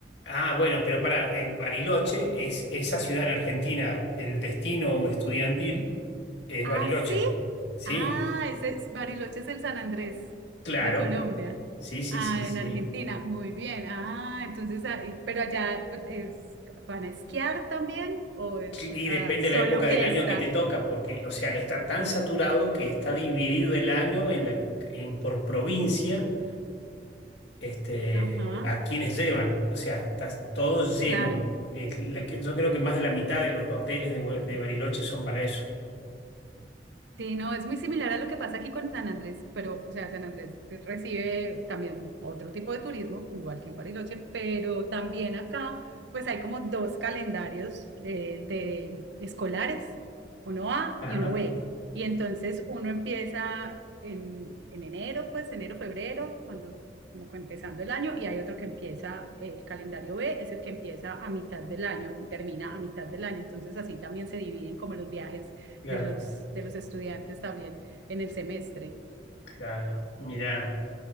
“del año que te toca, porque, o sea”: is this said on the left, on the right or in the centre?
Left